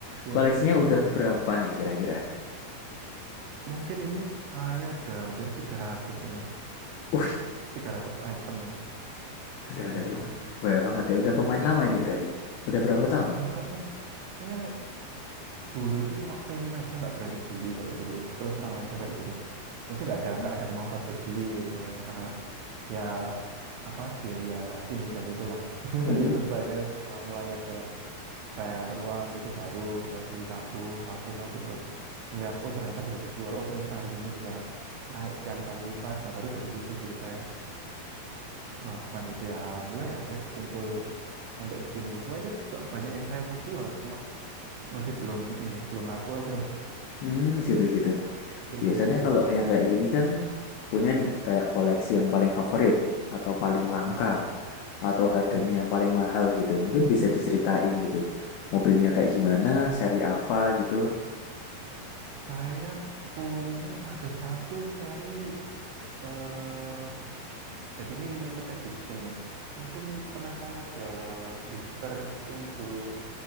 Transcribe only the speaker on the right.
ya.
Mungkin ini saya ada hampir 300 ya, Mas.
tiga ratus item ya,
kayak
gitu.
Heeh.
Enggak, Mas. Saya s- dulu itu cuma pengen aja nggak berani beli kalau dulu. Terus terang aja kayak gitu. Maksudnya nggak ada
nggak ada kemampuan buat beli gitu kan. Karena ya apa biaya ini dan itulah <laughs>
terus akhirnya setelah mulai ada spare uang gitu baru bisa beli satu satu satu terus ngelihat oh ternyata bisa dijual oh ternyata harganya bisa naik sekian kali lipat nah baru dari situ sih saya melakukan itu ya alhamdulillah ya akhirnya kekumpul sampai segini cuma ini juga banyak yang saya mau jual cuma masih belum ini belum laku <laughs> aja Mas.
kayak
gitu
Heeh.
Mm-mm.
Mm-mm.
Saya punya ada satu seri eh Jadi ini limited edition, Mas. Mungkin pernah tahu ada drifter yang dulu